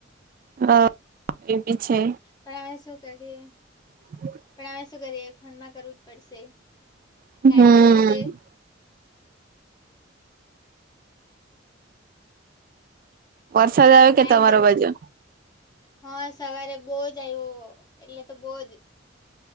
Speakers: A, on the right; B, on the left.
A: હા એબી છે
B: પણ અમે શું કરીએ
A: બ <unintelligible>
B: પણ અમે શું કરીએ ફોનમાં કરવું જ પડશે
A: હમ
B: ટાઈમ નથી તે
A: વરસાદ આવે
B: ટાઈમ
A: કે તમા તમારો
B: જ
A: બાજુ
B: હા સવારે બહુ જ આવ્યો એટલે તો બહ જ